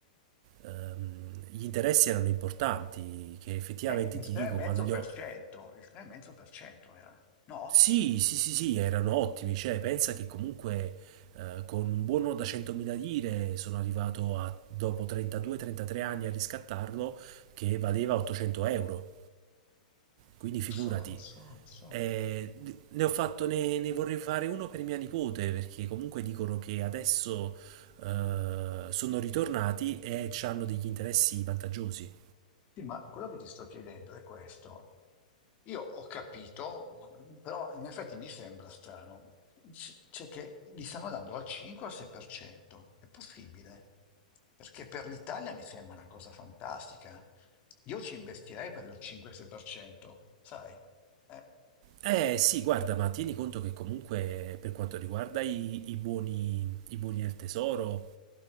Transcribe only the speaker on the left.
Eh,
il
3,5%, il 3,5% era. No?
Lo
so, lo so, lo so.
Sì, ma quello che ti sto chiedendo è questo. Io ho capito, però in effetti mi sembra strano, c- cioè che li stanno dando dal 5 al 6%. È possibile? Perché per l'Italia mi sembra una cosa fantastica. Io ci investirei per il 5-6%, sai? Eh,